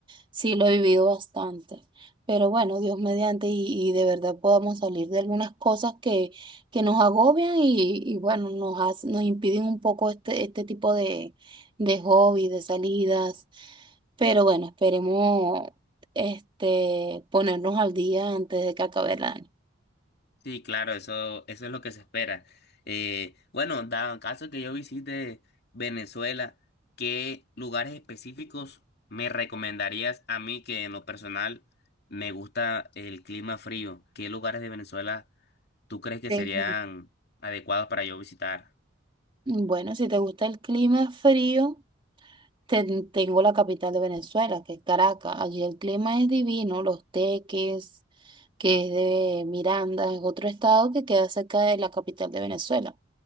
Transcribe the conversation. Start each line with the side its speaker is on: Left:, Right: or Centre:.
Right: sí lo he vivido bastante. Pero bueno, Dios mediante y, y de verdad podamos salir de algunas cosas que, que nos agobian y, y bueno, nos, hace- nos impiden un poco este, este tipo de, de hobbies, de salidas. Pero bueno, esperemos este, ponernos al día antes de que acabe el año.
Left: Sí, claro, eso, eso es lo que se espera. Eh, bueno, dado caso que yo visite Venezuela, ¿qué lugares específicos me recomendarías a mí que en lo personal me gusta el clima frío? ¿Qué lugares de Venezuela tú crees que
Right: Sí.
Left: serían adecuados para yo visitar?
Right: Bueno, si te gusta el clima frío. Ten- tengo la capital de Venezuela, que es Caracas. Allí el clima es divino, los teques, que es de Miranda, es otro estado que queda cerca de la capital de Venezuela.